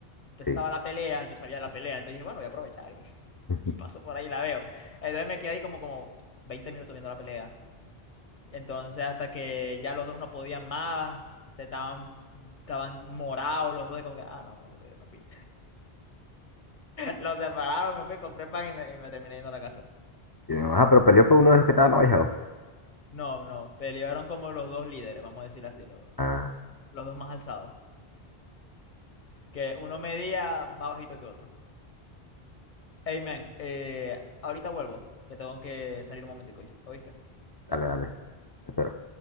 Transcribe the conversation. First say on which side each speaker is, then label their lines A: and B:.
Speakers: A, on the left (about 50°); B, on the left (about 30°).
A: Entonces
B: sí.
A: estaba la pelea, yo sabía de la pelea, entonces dije, bueno, voy a aprovechar y, <laughs>
B: Ujú.
A: y paso por ahí y la veo. Entonces me quedé ahí como, como 20 minutos viendo la pelea. Entonces hasta que ya los dos no podían más, estaban, estaban morados los dos, como que, ah, no, qué aburrido, y me fui. Los separaron, me fui, compré pan y me, y me terminé yendo a la casa.
B: Y me dijo, Ah, pero peleó fue uno de los que estaban abajo.
A: No, no, pelearon como los dos líderes, vamos a decirlo así, los,
B: Ah,
A: los dos más alzados. Que uno medía más bajito que otro. Hey, man, eh, ahorita vuelvo, que tengo que salir un momentico, ¿oíste?
B: dale, dale. Te espero.